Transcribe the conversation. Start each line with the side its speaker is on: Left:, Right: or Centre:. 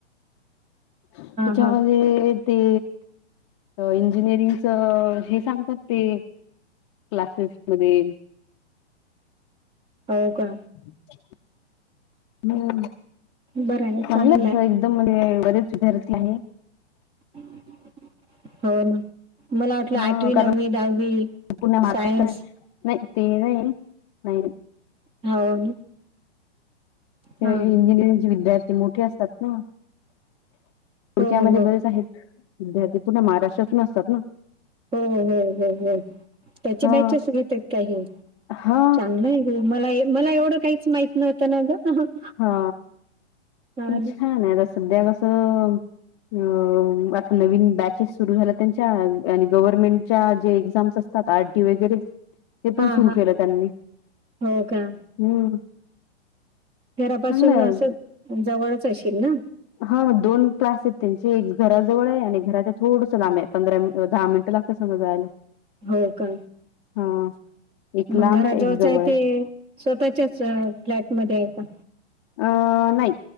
Left: त्यांच्यामध्ये.
Right: हा
Left: ते, इंजिनिअरिंगच हे सांगतात ते. क्लासेसमध्ये‌.
Right: हो का.
Left: <unintelligible> हम्म
Right: बरं आहे
Left: चांगलं तस
Right: आहे
Left: एकदम म्हणजे बरेच विद्यार्थी.
Right: <inaudible> हो ना. मला वाटलं
Left: ह
Right: आठवी
Left: कारण
Right: नववी दहावी
Left: पुणे महाराष्ट्र
Right: सायन्स
Left: नाही ते नाही नाही
Right: हो ना
Left: ते
Right: हा हा.
Left: इंजिनिअरिंग चे विद्यार्थी मोठे असतात ना
Right: हो
Left: <inaudible> क्यामध्ये
Right: हो
Left: बरेच आहेत विद्यार्थी पुूर्ण महाराष्ट्रातून असतात ना.
Right: हो हो हो हो त्यांचे
Left: हा
Right: बॅचेस घेत आहेत काही
Left: हा
Right: चांगलं. हो मला मला एवढं काहीच माहित नवतं ना ग.
Left: हा
Right: आणि-
Left: प छान आहे आता सध्या कसं. अह आता नवीन बॅचेस सुरू झाल्या त्यांच्या आणि गव्हर्नमेंटच्या जे एक्झाम्स अस घेतात आरडी वगैरे हे
Right: हा
Left: पण सुरु
Right: हा
Left: केलं त्यांनी
Right: हो का
Left: हम्म
Right: घरापासून
Left: चांगलं
Right: असं जवळच अशेल ना
Left: हा दोन क्लास आहेत त्यांचे एक घराजवळ आहे आणि घरा थोडस लांब आहे पंधरा दहा मिनट लाग तसं मग जायला
Right: होय का
Left: हा. एक
Right: मग
Left: लांब
Right: घराजळच
Left: एक जवळ
Right: आहे ते स्वतःच्याच फ्लॅट मध्ये आहे का?
Left: अं नाही